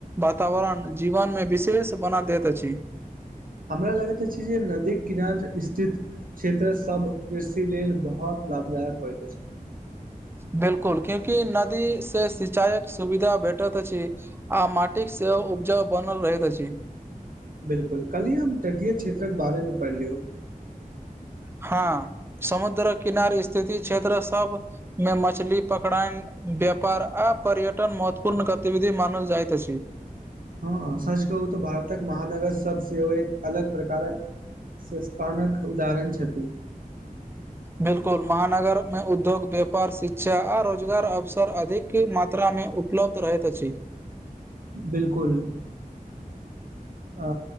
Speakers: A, on the right (about 15°); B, on the right (about 70°).
A: वातावरण जीवन मे विशेष बना दैत अछि
B: हमरा लगेत अछि जे नदी कनार स्थित क्षेत्र सब कृषि लेल बहुत लाभदायक होइत अछि
A: बिल्कुल क्यूंि नदी से सिंचाईक सुविधा भेटत अछि आ मटिक सेहो उपजाऊ बनल रहैत अछि
B: बिल्कुल काल्हि हम तटीय क्षेत्र के बारे में पढ़लिय
A: हँ समुद्र किनार स्थिति क्षेत्र सबमे मछली पकड़ाय व्यपार आ पर्यटन महत्वपूर्ण गतिविधि मानल जाइतइत छै
B: हँ सच कहू तऽ भारतक महानगर सब सेहो एक अलग प्रकारक संस्थानक उदाहरण छथि
A: बिल्कुल महानगर मे उद्योग व्यापार शिक्षा आ रोजगार अवसर अधिक किी मात्रामे उपलब्ध रहैत अछि
B: बिल्कुल अ